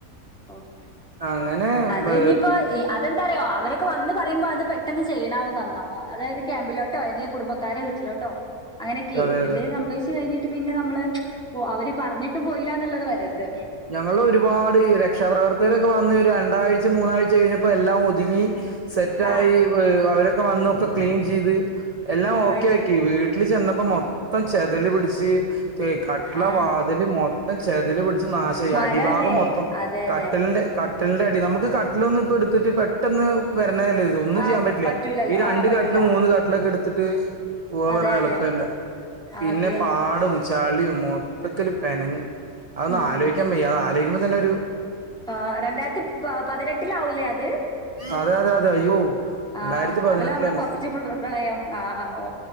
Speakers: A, in the centre; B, on the right.
A: ഓക്കെ
B: അങ്ങനെ
A: അത്
B: ബ്
A: ഇനിയിപ്പോ അതെന്താറിയോ അവരൊക്കെ വന്ന് പറയുമ്പോ അത് -- പെട്ടെന്ന് ചെയ്യണാവും നന്നവാ അതായത് ക്യാമ്പിലോട്ടോ അ കുടുംബക്കാരെ വീട്ടിലോട്ടോ അങ്ങനെയൊക്കെ
B: അതെ അതെ
A: എന്തും സംഭവച്ച് കഴി ഞ്ഞ് പിന്നെ നമ്മള് അവര് പറഞ്ഞിട്ടും പോയില്ല എന്നുള്ളത് വരരുത്
B: ഞങ്ങൾ ഒരുപാട് രക്ഷാപ്രവർത്തകരൊക്കെ വന്ന് രണ്ടാഴ്ച മൂന്നാഴ്ച കഴിഞ്ഞപ്പോ എല്ലാം ഒതുങ്ങി സെറ്റായി
A: ആ
B: അവര ക്കെ വന്നൊക്കെ ക്ലീൻ ചെയ്ത് എല്ലാം ഓക്കെ
A: അത്
B: ആക്കി
A: ശരി
B: വീട്ടിൽ ചെന്ന അപ്പൊ മൊത്തം ചതലി പിടിച്ച് ച കട്ടല
A: ആ
B: വാതില് മൊത്തം ചേതൽ പിടിച്ച് നാശയി
A: മരല്ലേ
B: അടിഭാഗം മൊത്തം
A: അതെ അതെ
B: കട്ടലിന്റെ കട്ടിലിന്റെ അടി നമുക്ക് കട്ടിലൊന്ന ഇപ്പ എടുത്തിട്ട് പെട്ടൊന്ന് വര ഒന്നും
A: ആ
B: ചെയ്യാൻ പറ്റില്ല
A: പറ്റൂലല്ലോ
B: ഈ രണ്ട്
A: ആ പറ്റൂല
B: കട്ടിൽ മൂന്ന് കട്ടിലൊക്കെ എടുത്തിട്ട് പോവാ
A: അതെ
B: പറഞ്ഞ
A: അതെ
B: എളുപ്പല്ല പിന്നെ
A: അതന്നെ
B: പാടും ചളിയ മൊത്തത്തില്ൽ പെനഞ് അതൊന്ന്
A: ഉം
B: ആലോക്കാൻ വയ അ ത്ആചിക്ക്പോ അങ്ങനൊരു
A: ആ രണ്ടായിരത്തി പ പതിനെട്ടിലാവൂലേ അത്
B: അതെ അതെ അതെ അയ്യോ
A: ആഹ്
B: രണ്ടായിരത്തി പതിനെട്ടിലെന്നെ
A: അതല്ല നമ്മളെ ഫസ്റ്റ്പ്രളയം ആ ഓ